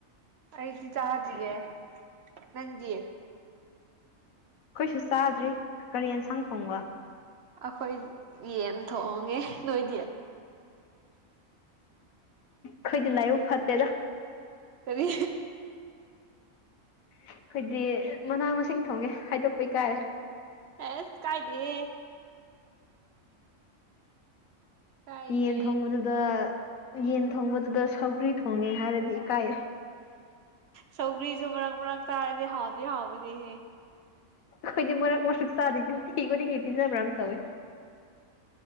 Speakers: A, on the right; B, on the left.
A: ꯑꯩꯗꯤ ꯆꯥꯗ꯭ꯔꯤꯌꯦ ꯅꯪꯗꯤ
B: ꯑꯩꯈꯣꯏꯁꯨ ꯆꯥꯗ꯭ꯔꯤ ꯀꯔꯤ ꯌꯦꯟꯁꯥꯡ ꯊꯣꯡꯕ
A: ꯑꯩꯈꯣꯏ ꯌꯦꯟ ꯊꯣꯡꯉꯦ ꯅꯣꯏꯗꯤ
B: ꯈꯣꯏꯗꯤ ꯂꯥꯏꯕꯛ ꯐꯠꯇꯦꯗ
A: ꯀꯔꯤ
B: ꯑꯩꯈꯣꯏꯗꯤ ꯃꯅꯥ ꯃꯁꯤꯡ ꯊꯣꯡꯉꯦ ꯍꯥꯏꯗꯣꯛꯄ ꯏꯀꯥꯏꯔꯦ
A: ꯑꯦꯁ ꯀꯥꯏꯗꯦꯍꯦ ꯀꯥꯏꯗꯦ
B: ꯌꯦꯟ ꯊꯣꯡꯕꯗꯨꯗ ꯌꯦꯟ ꯊꯣꯡꯕꯗꯨꯗ ꯁꯧꯒ꯭ꯔꯤ ꯊꯣꯡꯉꯦ ꯍꯥꯏꯔꯗꯤ ꯏꯀꯥꯏ
A: ꯁꯧꯒ꯭ꯔꯤꯁꯨ ꯃꯔꯛ ꯃꯔꯛ ꯆꯥꯔꯗꯤ ꯍꯥꯎꯗꯤ ꯍꯥꯎꯕꯅꯦꯍꯦ
B: ꯑꯩꯈꯣꯏꯗꯤ ꯃꯔꯛ ꯃꯔꯛ ꯆꯥꯗ ꯅꯨꯡꯇꯤ ꯈꯨꯗꯤꯡꯒꯤ ꯄꯤꯖꯕ꯭ꯔꯥ ꯑꯃ ꯇꯧꯋꯦ